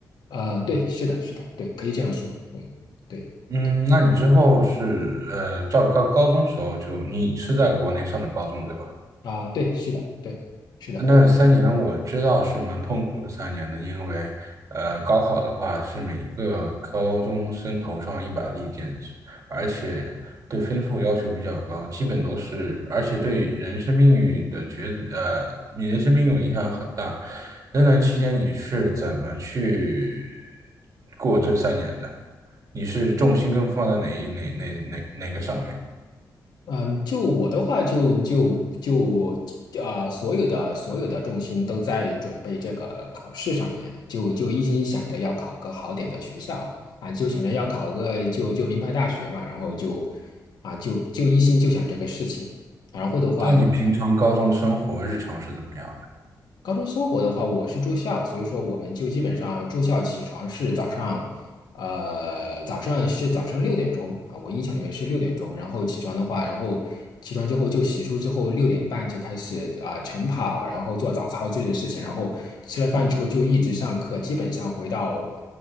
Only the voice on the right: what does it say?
嗯，那你之后是呃，到高高中时候就你是在国内上的高中对吧？
那三年我知道是蛮痛苦的三年的，
因为呃，高考的话是每一个高中生头上一把利剑，而且对分数要求比较高，基本都是，而且对人生命运的抉择，呃，你人生命运影响很大。那段期间你是怎么去过这三年的？你是重心更放在哪一哪哪哪哪个上面？
那你平常高中生活日常是怎么样的？